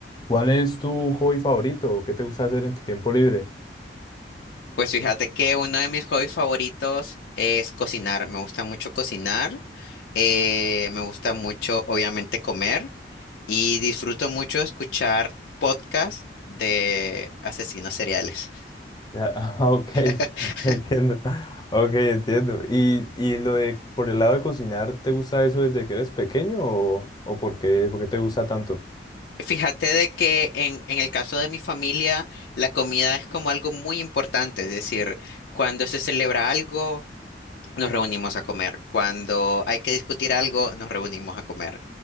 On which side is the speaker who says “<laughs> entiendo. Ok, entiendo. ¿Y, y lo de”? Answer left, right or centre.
Left